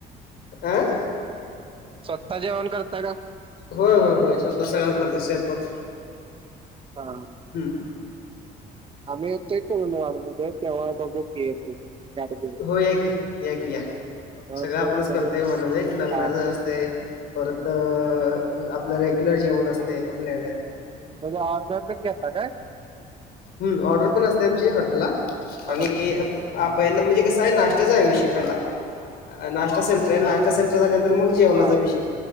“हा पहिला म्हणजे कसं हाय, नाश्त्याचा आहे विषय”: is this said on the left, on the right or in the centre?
Left